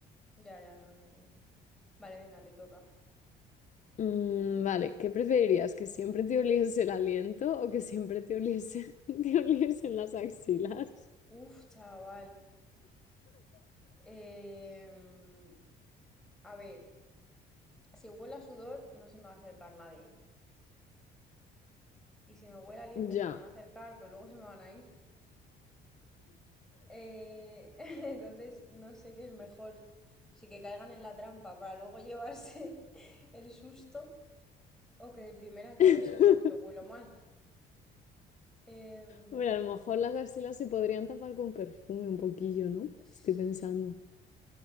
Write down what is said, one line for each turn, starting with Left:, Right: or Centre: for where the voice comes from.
Centre: ya, ya, no, no es lo mismo. Vale, venga, te toca.
Left: Mm, vale, ¿qué preferirías? ¿Que siempre te oliese el aliento o que siempre te oliese, <laughs> te oliesen las axilas?
Centre: Uf, chaval. Em, a ver, si huele a sudor, no se me va a acercar nadie. Y si me huele a aliento,
Left: Ya.
Centre: se me van a acercar, pero luego se me van a ir. Eh, <laughs> entonces, no sé qué es mejor. Si que caigan en la trampa para luego llevarse <laughs> el susto o que de primeras ya
Left: <laughs>
Centre: lo sepan que huelo mal. Em,
Left: Bueno, a lo mejor las axilas se podrían tapar con perfume un poquillo, ¿no?
Centre: es-
Left: Estoy pensando.